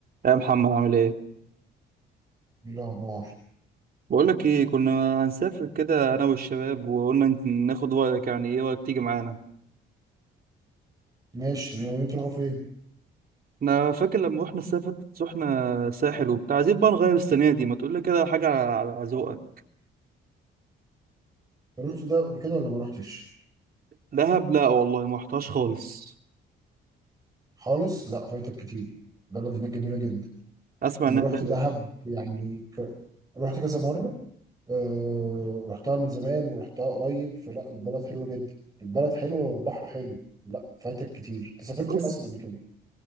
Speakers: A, on the right; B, on the right.
A: يا محمد عامل ايه؟
B: إيه الأخبار
A: بقول لك ايه كنا هنسافر كده انا والشباب وقلنا نت- ناخد رايك يعني ايه رايك تيجي معانا؟
B: ماشي يومين تروحوا فين؟
A: انا فاكر لما رحنا السافت رحنا ساحل وبتاع عايزين بقى نغير السنه دي ما تقول لي كده حاجه على على ذوقك
B: رحت ده قبل كده ولا ما رحتش؟
A: دهب لا والله ما رحتهاش خالص
B: خالص؟ لا فايتك كتير بلد هناك جميلة جدا
A: اسمع
B: أنا
A: انها
B: رحت
A: حلوه
B: دهب يعني ك... رحت كذا مرة أه... رحتها من زمان ورحتها قريب فلا البلد حلوة جدا البلد حلوة والبحر حلو لا فايتك كتير أنت سافرت
A: بس
B: فين أصلا قبل كده؟